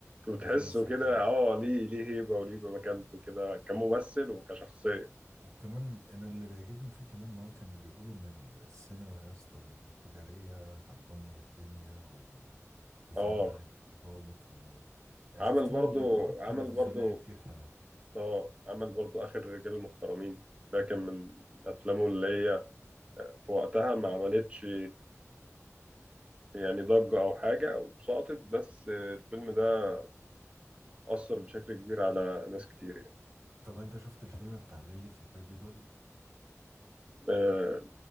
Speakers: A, on the right (about 20°); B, on the right (about 70°).
A: وتحسه
B: بيعرف يمثل
A: كده
B: كويس
A: اه ليه ليه هيبة وليه مكانته كده كممثل وكشخصية
B: وكمان انا اللي بيعجبني فيه كمان ان هو كان بيقول ان ال- السينما يا اسطى التجاريه هتدمر الدنيا وانه الفن
A: اه
B: هيبقى ضابط وانه يعني
A: عمل
B: شفت
A: برضو
B: له لقاءات
A: عمل
B: تلفزيونيه
A: برضو
B: كتير حلوه
A: اه عمل برضو آخر رجال المحترمين ده كان من أفلامه اللي هي آه، في وقتها ما عملتش يعني ضجة أو حاجة أو سقطت بس الفيلم ده أثر بشكل كبير على ناس كتير يعني
B: طب انت شفت الفيلم بتاع ليلة البيبي دول
A: آه،